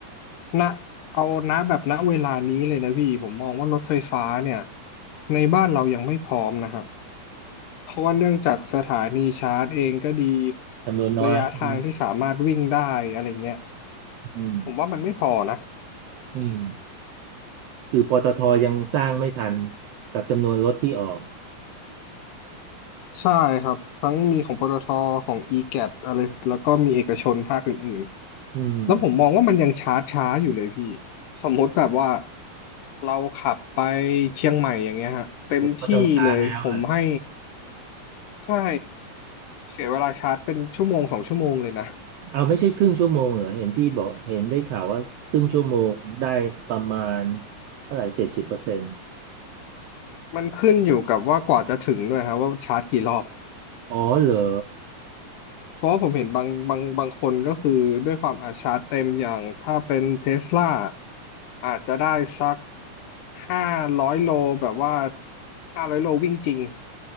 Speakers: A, on the left; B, on the right.
A: ณเอาณแบบณเวลานี้เลยนะพี่ ผมมองว่ารถไฟฟ้าเนี่ย ในบ้านเรายังไม่พร้อมนะฮะ เพราะว่าเนื่องจากสถานีชาร์จเองก็ดี
B: จำนวนน้อยใช่ไหม
A: ระยะทางที่สามารถวิ่งได้อะไรเงี้ย
B: อืม
A: ผมว่ามันไม่พอนะ
B: อืมคือปตทยังสร้างไม่ทันกับจำนวนรถที่ออก
A: ใช่ครับทั้งมีของปตทของ e g ก t อะไรแล้วก็มีเอกชนภาคอื่นๆแล้วผมมองว่ามันยังช้าช้าอยู่เลยพี่
B: อืม
A: สมมติแบบว่าเราขับไปเชียงใหม่อย่างเงี้ยฮะเต็มที่เลยผมให้
B: ผมก็ต้องช้าแล้วอ่ะ
A: ใช่เสียเวลาชาร์จเป็นชั่วโมงสองชั่วโมงเลยนะ
B: เอาไม่ใช่ครึ่งชั่วโมงเหรอเห็นพี่บอกเห็นได้ข่าวว่าครึ่งชั่วโมงได้ประมาณเท่าไหร่เจ็ดสิบเปอร์เซ็นต์
A: มันขึ้นอยู่กับว่ากว่าจะถึงด้วยครับว่าชาร์จกี่รอบ
B: อ๋อเหรอ
A: เพราะว่าผมเห็นบางบางบางคนก็คือด้วยความอาชาร์จเต็มอย่างถ้าเป็นเทสลา อาจจะได้สักห้าร้อยโลแบบว่าห้าร้อยโลวิ่งจริง